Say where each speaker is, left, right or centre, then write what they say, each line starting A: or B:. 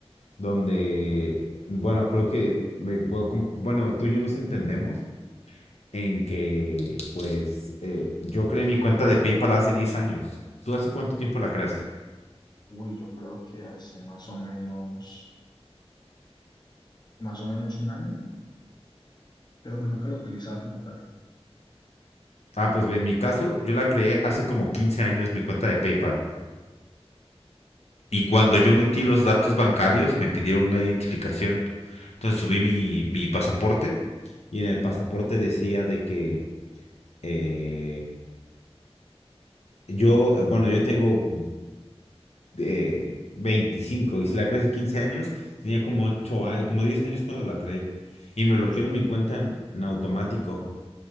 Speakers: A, on the left; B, on the left.
A: donde, bueno, creo que, me- bueno, com- bueno, tú y yo nos entendemos en que, pues, eh, yo creé mi cuenta de PayPal hace 10 años. ¿Tú hace cuánto tiempo la creaste?
B: Uy, yo creo que hace más o menos, más o menos un año, pero pues nunca lo he utilizado como tal.
A: Ah, pues ve, en mi caso, yo la creé hace como 15 años mi cuenta de PayPal. Y cuando yo metí los datos bancarios, me pidieron una identificación. Entonces subí mi, mi pasaporte. Y en el pasaporte decía de que eh, yo, bueno, yo tengo eh, 25 y si la creé hace 15 años, tenía como 8 años, como 10 años cuando la creé. Y me
B: Sí,
A: bloquearon
B: está.
A: mi cuenta en, en automático.